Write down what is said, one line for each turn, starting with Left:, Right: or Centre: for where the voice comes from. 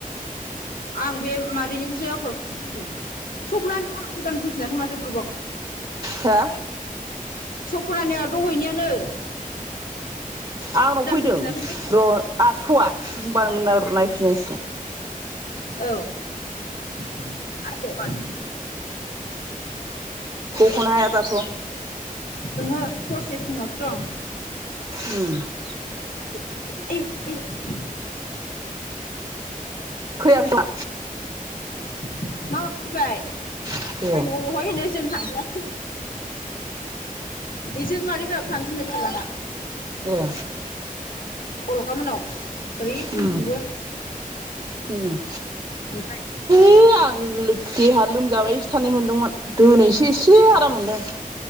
Left: आं बे मादैनिखौसो आपलड खालामदों सपनानो नाम गोदान फिनाखै माथो ग्रुबाव
Right: हो
Left: सपनाना दहायनि आनो
Right: आंनाव फैदों
Left: फैफिनाखै बे
Right: र' आबाय होमब मोननाय र नायफिननायसगो
Left: औ <unintelligible>
Right: बखनो हाया दाथ'
Left: अहो प्रसेसिंआवसो दं।
Right: <inaudible>
Left: <inaudible>
Right: फैयाबा
Left: न फैयाब्ला
Right: खोमा ए
Left: न बहायनो जों थांजायाखै बिसोर मादै माबो थांगोननो खोलाहा
Right: ए
Left: अलग मोननाव ओरैनिथिंबो
Right: उम उम
Left: ओमफ्राय
Right: है आं देहा लोमजाबाय थानायानै मोनदोंमोन दोनैसो एसे आराम मोनदों